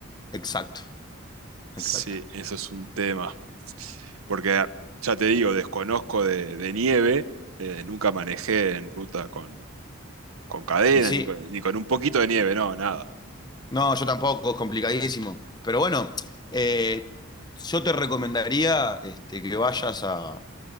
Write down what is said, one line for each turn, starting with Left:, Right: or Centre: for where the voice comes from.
Left: Exacto,
Right: Sí,
Left: exacto.
Right: eso es un tema. Porque ah, ya te digo, desconozco de, de nieve, eh, nunca manejé en ruta con, con cadenas,
Left: Y sí,
Right: ni con, ni con un poquito de nieve, no, nada.
Left: no, yo tampoco, es complicadísimo. Pero bueno, eh, yo te recomendaría este, que vayas a,